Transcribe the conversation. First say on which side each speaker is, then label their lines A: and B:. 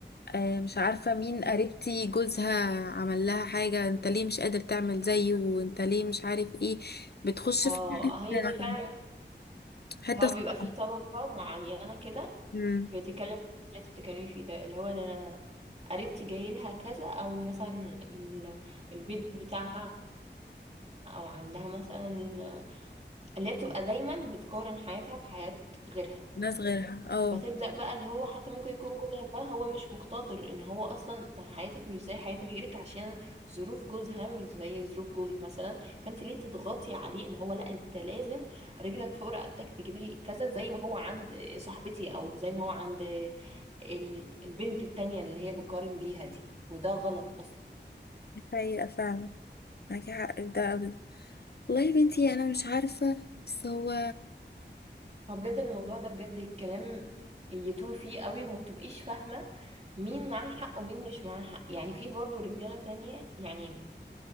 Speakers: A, on the left; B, on the right.
A: آه، مش عارفة مين قريبتي جوزها عمل لها حاجة انت ليه مش قادر تعمل زيه وانت ليه مش عارف ايه بتخش
B: اه
A: في <clears throat>
B: هي دي
A: حتة
B: فعلا
A: حتة
B: هو
A: صعبة
B: بيبقى فيه طبقة معينة كده
A: مم.
B: بتتكلم في اللي انت بتتكلمي فيه ده اللي هو ده انا قريبتي جاي لها كذا او مثلا ال- البيت بتاعها او عندها مثلا اللي هي بتبقى دايما بتقارن حياتها بحياة غيرها
A: ناس غيرها اه
B: فتبدأ بقى اللي هو حتى ممكن يكون جوزها ده هو مش مقتدر ان هو اصلا ما حياتك مش زي حياة غيرك عشان ظروف جوزها مش زي ظروف جوزك مثلا فانت ليه تضغطي عليه ان هو لا انت لازم رجلك فوق رقبتك تجيب لي كذا زي ما هو عند صاحبتي او زي ما هو عند ال- البنت التانية اللي هي بقارن بيها دي وده غلط اصلا
A: دي حقيقة فعلا معاكي حق في ده قوي والله يا بنتي انا مش عارفة بس هو
B: فبجد الموضوع ده بجد الكلام يطول فيه قوي وما بتبقيش فاهمة مين معاه حق ومين مش معاه حق يعني في برضه رجالة تانية يعني